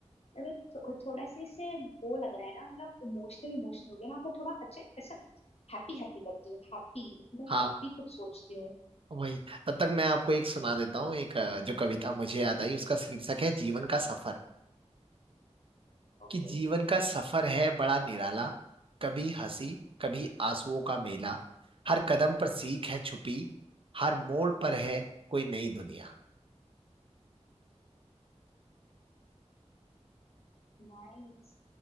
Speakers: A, on the left; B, on the right.
A: मतलब थो, थोड़ा सा इससे वो लग रहा है ना मतलब इमोशनल इमोशनल हो गया ना अब मैं थोड़ा अच्छा अच्छा हैप्पी हैप्पी करती हूँ हैप्पी मैं
B: हाँ
A: हैप्पी कुछ सोचती हूँ
B: वही तब तक मैं आपको एक सुना देता हूँ एक अ, जो कविता मुझे याद आई उसका शीर्षक है जीवन का सफर
A: ओके
B: कि जीवन का सफर है बड़ा निराला कभी हंसी कभी आंसुओं का मेला हर कदम पर सीख है छुपी हर मोड़ पर है कोई नई दुनिया
A: नाइस